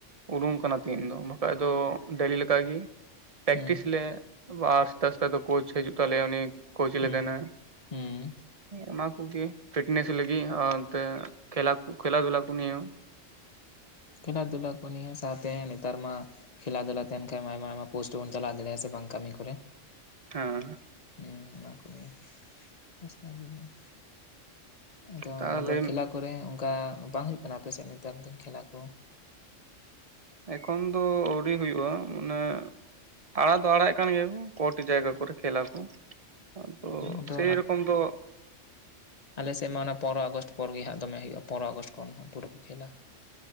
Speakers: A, on the right; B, on the left.
A: ᱩᱰᱩᱝ ᱠᱟᱱᱟ ᱛᱮᱦᱤᱧ ᱫᱚ, ᱵᱟᱠᱷᱟᱡ ᱫᱚ ᱰᱮᱞᱤ ᱞᱮᱠᱟ ᱜᱮ ᱾ ᱯᱮᱠᱴᱤᱥ
B: ᱦᱩᱸ
A: ᱞᱮ ᱟᱨ ᱥᱮᱛᱟᱜ, ᱥᱮᱛᱟᱜ ᱫᱚ ᱠᱳᱪ ᱦᱤᱡᱩᱜ ᱛᱟᱞᱮᱭᱟ ᱩᱱᱤ ᱠᱳᱪ
B: ᱦᱩᱸ
A: ᱞᱮ ᱛᱟᱦᱮᱱᱟ ᱾
B: ᱦᱩᱸ
A: ᱚᱱᱟ ᱠᱚᱜᱮ ᱾ ᱯᱷᱤᱴᱱᱮᱥ ᱞᱟᱹᱜᱤᱫ ᱟᱨᱛᱮ ᱠᱷᱮᱞᱟ ᱠᱷᱮᱞᱟ ᱫᱷᱩᱞᱟ ᱠᱚ ᱱᱤᱭ
B: ᱠᱷᱮᱞᱟ ᱫᱷᱩᱞᱟ ᱠᱚ ᱱᱤᱭᱟᱹ ᱥᱟᱛ ᱛᱮ ᱱᱮᱛᱟᱨ ᱢᱟ ᱠᱷᱮᱞᱟᱫᱩᱞᱟ ᱛᱟᱦᱮᱱ ᱠᱷᱟᱱ ᱢᱟ ᱟᱭᱢᱟ, ᱟᱭᱢᱟ ᱯᱳᱥᱴ ᱵᱚᱱ ᱪᱟᱞᱟᱣ ᱫᱟᱲᱮᱭᱟᱜᱼᱟ ᱥᱮ ᱵᱟᱝ ᱠᱟᱹᱢᱤ ᱠᱚᱨᱮ?
A: ᱦᱮᱸ ᱾
B: ᱦᱮᱸ ᱚᱱᱟ ᱠᱚᱜᱮ ᱵᱮᱥᱢᱟ ᱜᱮ ᱾ ᱟᱫᱚ,
A: ᱛᱟᱦᱚᱞᱮ
B: ᱟᱫᱚ ᱠᱷᱮᱞᱟ ᱠᱚᱨᱮ ᱚᱱᱠᱟ ᱵᱟᱝ ᱦᱩᱭᱩᱜ ᱠᱟᱱᱟ, ᱟᱯᱮᱥᱮᱫ ᱱᱮᱛᱟᱨ ᱫᱤᱱ ᱠᱷᱮᱞᱟ ᱠᱚ?
A: ᱮᱠᱷᱚᱱ ᱫᱚ ᱟᱹᱣᱨᱤ ᱦᱩᱭᱩᱜᱳᱜᱼᱟ ᱢᱟᱱᱮ ᱟᱲᱟᱜ ᱫᱚ ᱟᱲᱟᱜᱮᱫ ᱠᱟᱱ ᱜᱮᱭᱟ ᱠᱚᱴᱤ ᱡᱟᱭᱜᱟ ᱠᱚᱨᱮ ᱠᱷᱮᱞᱟ ᱠᱚ ᱾ ᱟᱫᱚ
B: ᱟᱫᱚ
A: ᱥᱮᱨᱚᱠᱚᱢ ᱫᱚ
B: ᱟᱞᱮᱥᱮᱫ ᱢᱟ ᱚᱱᱟ ᱯᱚᱨᱚ ᱟᱜᱚᱥᱴ ᱯᱚᱨᱮ ᱦᱟᱸᱜ ᱫᱚᱢᱮ ᱦᱩᱭᱩᱜᱼᱟ, ᱯᱚᱱᱚᱨᱚ ᱟᱜᱚᱥᱴ ᱠᱷᱚᱱ ᱦᱟᱸ ᱯᱩᱨᱟᱹ ᱠᱚ ᱠᱷᱮᱞᱟ ᱾